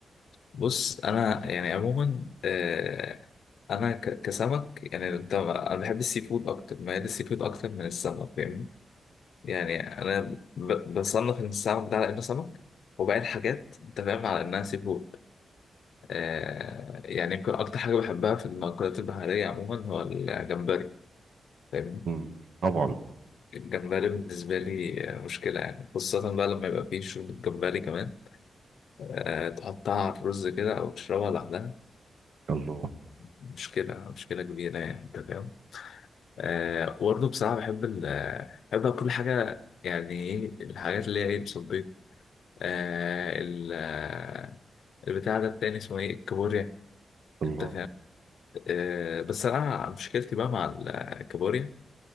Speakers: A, on the left (about 80°); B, on the right (about 75°).
A: بص انا يعني عموما آه، انا ك- كسمك يعني انت انا بحب السي فود اكتر ميال السي فود اكتر من السمك فاهمني يعني انا ب- بصنف ان السمك ده على انه سمك وباقي الحاجات انت فاهم على انها سي فود آه، يعني يمكن اكتر حاجه بحبها في المأكولات البحريه عموما هو الجمبري فاهمني
B: مم. طبعا
A: الجمبري بالنسبه لي آه، مشكله يعني خاصه بقى لما يبقى فيه شوربه جمبري كمان آه، تحطها على الرز كده او تشربها لوحدها
B: الله
A: مشكلة مشكلة كبيرة يعني أنت فاهم آه وبرضه بصراحة بحب ال آه، بحب أكل كل حاجة يعني إيه الحاجات اللي هي إيه الصبيط آه ال آه، البتاع ده التاني اسمه إيه الكابوريا
B: الله
A: أنت فاهم آه بس أنا مشكلتي بقى مع ال- آه، الكابوريا